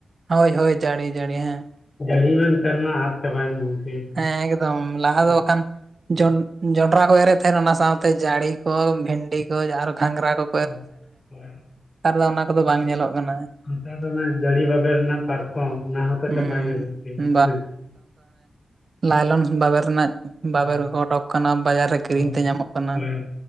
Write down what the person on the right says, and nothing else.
ᱦᱳᱭ ᱦᱳᱭ ᱡᱟᱹᱲᱤ ᱡᱟᱹᱲᱤ ᱦᱮᱸ
ᱦᱮᱸ ᱮᱠᱫᱚᱢ ᱞᱟᱦᱟ ᱫᱚ ᱵᱟᱠᱷᱟᱱ <unintelligible> ᱡᱚᱱᱰᱨᱟ ᱠᱚ ᱮᱻᱨᱮᱫ ᱛᱟᱦᱮᱱ ᱚᱱᱟ ᱥᱟᱶᱛᱮ ᱡᱟᱺᱲᱤ ᱠᱚ ᱵᱷᱤᱱᱰᱤ ᱠᱚ ᱟᱨ ᱜᱷᱟᱸᱜᱽᱨᱟ ᱠᱚ
ᱱᱮᱛᱟᱨ ᱫᱚ ᱚᱱᱟ ᱠᱚᱫᱚ ᱵᱟᱝ ᱧᱮᱞᱚᱜ ᱠᱟᱱᱟ
ᱦᱩᱸ
ᱞᱟᱭᱞᱚᱱᱥ ᱵᱟᱵᱮᱨ ᱨᱮᱱᱟᱜ ᱵᱟᱵᱮᱨ
ᱚᱰᱚᱠ ᱠᱟᱱᱟ ᱵᱟᱡᱟᱨ ᱨᱮ ᱠᱤᱨᱤᱧ
ᱛᱮ ᱧᱟᱢᱚᱜ ᱠᱟᱱᱟ